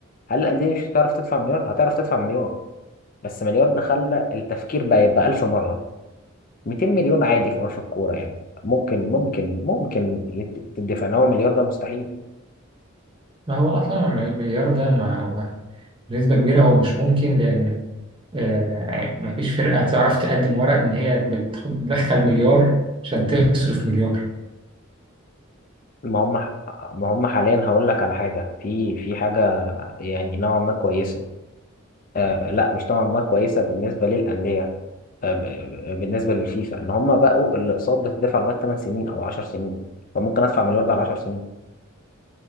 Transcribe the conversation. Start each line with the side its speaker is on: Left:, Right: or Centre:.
Left: هل الأندية مش هتعرف تدفع مليار؟ هتعرف تدفع مليار بس مليار ده خلى التفكير بقى يبقى ألف مرة 200 مليون عادي في عرف الكورة يعني ممكن ممكن ممكن يت- تدفع إنما مليار ده مستحيل
Right: ما هو اصلا المليار ده ما هو بنسبة كبيرة هو مش ممكن لأن آه، مفيش فرقة تعرف تقدم ورق إن هي بتدخل مليار عشان تصرف مليار
Left: ما هم ما هم حاليا هقول لك على حاجة في في حاجة يعني نوعا ما كويسة آه لا مش نوعا ما كويسة بالنسبة للأندية آه، ب- آه، بالنسبه للفيفا ان هم بقوا الاقساط بتدفع لغايه 8 سنين او 10 سنين فممكن ادفع مليار ده على 10 سنين